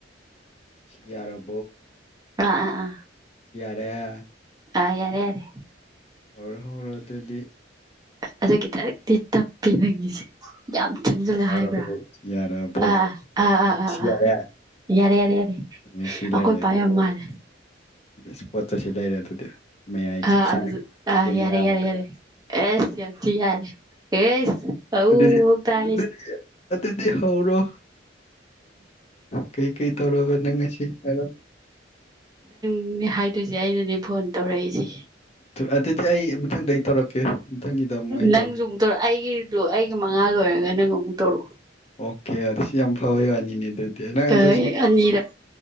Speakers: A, on the left; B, on the right.
A: ꯁꯤ ꯌꯥꯔꯞ
B: ꯑ ꯑ ꯑ
A: ꯗꯦ
B: ꯑ ꯌꯥꯔꯦ ꯌꯥꯔꯦ
A: ꯍꯧꯔꯣ ꯍꯧꯔꯣ ꯑꯗꯨꯗꯤ
B: ꯑꯗꯨ ꯈꯤꯠꯇꯪꯗꯤ ꯇꯞꯄꯤ ꯅꯪꯒꯤꯁꯤ ꯌꯥꯝ ꯆꯪꯁꯤꯜꯂ
A: ꯌꯥꯔꯕꯣ
B: ꯍꯥꯏꯕ꯭ꯔꯥ
A: ꯌꯥꯔꯕꯣ
B: ꯑ ꯑꯥ ꯑꯥ ꯑꯥ ꯑꯥ
A: ꯁꯤ
B: ꯑꯥ
A: ꯌꯥꯔꯦ
B: ꯌꯥꯔꯦ ꯌꯥꯔꯦ ꯌꯥꯔꯦ
A: ꯑꯦ ꯁꯤ
B: ꯑꯩꯈꯣꯏ
A: ꯂꯩꯔꯦ
B: ꯄꯥ
A: ꯑꯗꯨꯗꯤ
B: ꯌꯥꯝ ꯃꯥꯜꯂꯦ
A: ꯁꯤꯗ ꯏꯁ ꯄꯣꯠꯆ ꯑꯁꯤ ꯂꯩꯔꯦ ꯑꯗꯨꯗꯤ ꯃꯌꯥꯏ
B: ꯑꯥ
A: ꯆꯞ ꯆꯥꯅ
B: ꯑꯗꯨ ꯑꯥ
A: ꯀꯦꯃꯦꯔꯥ
B: ꯌꯥꯔꯦ ꯌꯥꯔꯦ
A: ꯃꯊꯛꯇ
B: ꯌꯥꯔꯦ ꯑꯦꯁ ꯌꯥꯝ ꯊꯤ ꯌꯥꯔꯦ ꯑꯦꯁ
A: ꯑꯗꯨꯗꯤ ꯑꯗꯨꯗꯤ ꯑꯗꯨꯗꯤ ꯍꯧꯔꯣ ꯀꯔꯤ ꯀꯔꯤ ꯇꯧꯔꯕ ꯅꯪ ꯉꯁꯤ ꯍꯥꯏꯔꯣ
B: ꯅꯪ ꯍꯥꯏꯗꯣꯏꯁꯦ ꯑꯩꯅꯅꯦ ꯐꯣꯟ ꯇꯧꯔꯛꯏꯁꯤ
A: ꯑꯗꯨꯗꯤ ꯑꯩ ꯃꯊꯪꯗ ꯑꯩ ꯇꯧꯔꯛꯀꯦ ꯃꯊꯪꯒꯤꯗ ꯑꯃꯨꯛ ꯑꯩ
B: ꯅꯪꯁꯨ
A: ꯇꯧꯒꯦ
B: ꯑꯃꯨꯛꯇꯧ ꯑꯩꯒꯤ ꯑꯩꯒꯤ ꯃꯉꯥ ꯂꯣꯏꯔꯒ ꯅꯪ ꯑꯃꯨꯛ ꯇꯩꯔꯛꯎ
A: ꯑꯣꯀꯦ ꯑ ꯁꯤ ꯌꯥꯝ ꯐꯕꯩ ꯋꯥꯅꯤꯅꯦ ꯑꯗꯨꯗꯤ
B: ꯇꯧꯔꯛꯑꯣ
A: ꯅꯪ ꯑꯗꯣ ꯁꯤ
B: ꯑꯅꯤꯔꯛ